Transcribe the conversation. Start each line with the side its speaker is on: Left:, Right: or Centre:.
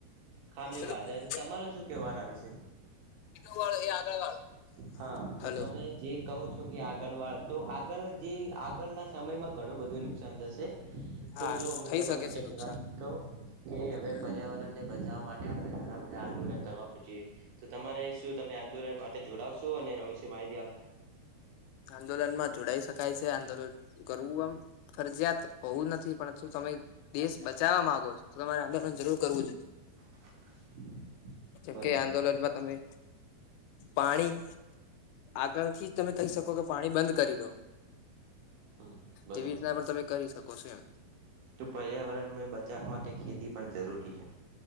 Right: ખામીઓ
Left: પેલું
Right: કાઢે તો, તમારે શું કેવુ આના વિષે?
Left: વાળ એ આગળ વાળો
Right: હા, જો
Left: હલો
Right: તમે જે કહો છો કે, આગળ વાળ તો, આગળ જે આગળના સમયમાં ઘણું બધું નુકસાન થશે.
Left: હા
Right: તો જો હું
Left: થઈ
Right: તમને
Left: શકે છે
Right: એક
Left: નુકસાન
Right: વાત કહુ. કે હવે
Left: હમ
Right: પર્યાવરણ ને બચાવવા માટે, આપણે ઘણા બધા આંદોલન કરવા પછી. તો તમારે શું તમે આંદોલન માટે જોડાવશો, અને એના વિશે માહિતી આ
Left: આંદોલન માં જોડાઈ શકાય છે, આંદોલન કરવું આમ ફરજીયાત હોવું નથી, પણ તમે દેશ બચાવવા માંગો છો, તો તમારે આંદોલન જરૂર કરવું જોઈએ.
Right: <unintelligible>
Left: જેમ
Right: બરોબર
Left: કે આંદોલનમાં તમે પાણી આગળથી તમે કઈ શકો કે, પાણી બંધ કરી દો.
Right: હમ બરોબર
Left: એવી રીતના પણ તમે કરી શકો છો એમ.
Right: તો પર્યાવરણને બચાવવા માટે ખેતી પણ જરૂરી હે.